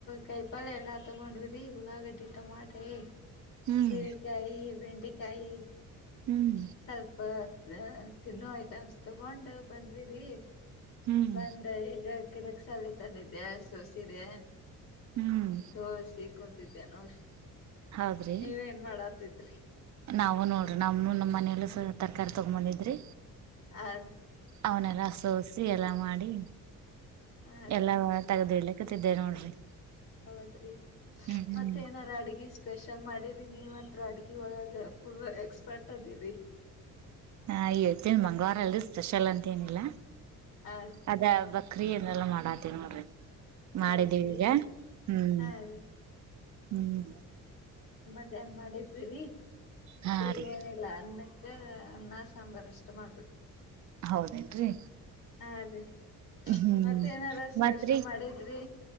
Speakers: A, on the left (about 70°); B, on the right (about 60°).
A: ಕೈ ಪಳೆ ಎಲ್ಲಾ ತಗೊಂಡ್ ವ್ರಿ ಉಳ್ಳಾಗಡ್ಡಿ ಟೊಮಾಟೆ.
B: ಹ್ಮ್
A: ಹಿರಿಕಾಯಿ ಬೆಂಡೆಕಾಯಿ. ಕಾಯಿ
B: ಹ್ಮ್
A: ಸ್ವಲ್ಪ ಅ ತಿನ್ನೋ ಐಟಮ್ಸ್ ತಗೊಂಡು ಬಂದ್ವಿರಿ.
B: ಹ್ಮ್
A: ಬಂದ ಈಗ ಕಿರಕ್ಸ್ ಅಲ್ಲಿ ತಂದಿದ್ದೆ ಹಸ್ರು ಸೀರೆ.
B: ಹ್ಮ್
A: ಸೊಸೆ ಕುಂತಿವ್ ಇದ ನೋಡ್ರಿ.
B: ಹೌದ್ರಿ
A: ನೀವೇನ್ ಮಾಡಾತಿದ್ರಿ.
B: ನಾವು ನೋಡ್ರಿ ನಮ್ಮೂ ನಮ್ಮ್ ಮನೆಲ್ಲಿಸ ತರಕಾರಿ ತಗೊಂಬಂದಿದ್ರಿ.
A: ಹಾ ರಿ
B: ಅವ್ನೆಲ್ಲ ಸೋಸಿ ಎಲ್ಲ ಮಾಡಿ.
A: ಹ
B: ಎಲ್ಲ ಮಾತಾಡಿದ್ವಿ ಇಲ್ಲಿ. ಕೂತಿದ್ದೆ ನೋಡ್ರಿ
A: ಹೌದ್ರಿ
B: ಹ್ಮ್ ಹ್ಮ್
A: ಮತ್ತೆ ಏನಾರ ಅಡ್ಗಿ ಇಷ್ ಸ್ಪೆಷಲ್ ಮಾಡಿದ್ದೀನಿ ನೀವ ಹತ್ರ ಅಡ್ಗಿ ಒಳಗ ಫುಲ್ ಎಕ್ಸ್ಪರ್ಟ್ ಅದಿವ್ರೀ.
B: ಹಾ ಈ ಹೇಳ್ತೇನಿ ಮಂಗ್ಳುವಾರ ಅಲ್ರೀ ಸ್ಪೆಷಲ್ ಅಂತ ಏನಿಲ್ಲಾ.
A: ಹ ರೀ
B: ಅದ ಬಕ್ರಿ ಎನ್ನಲ್ಲ ಮಾಡ್ ಅತು ನೋಡ್ರಿ
A: ಹೌದ್ರಿ
B: ಮಾಡಿದ್ದೀವಿ ಈಗ ಹ್ಮ್
A: ಹಾ ರೀ
B: ಹ್ಮ್
A: ಅದ ಏನ್ ಮಾಡಿದ್ವು ರಿ.
B: ಹಾ
A: ಈಗೇನಿಲ್ಲ
B: ರೀ
A: ಅನ್ನಕ್ ಅನ್ನ ಸಾಂಬಾರ್ ಅಷ್ಟ ಮಾಡ್ಬೇಕು.
B: ಹೌದೇನ್ರಿ
A: ಹಾ ರೀ
B: ಹ್ಮ್
A: ಮತ್ತ ಏನಾರ ಸ್ಪೆಷಲ್
B: ಮತ್ರಿ
A: ಮಾಡಿದ್ರಿ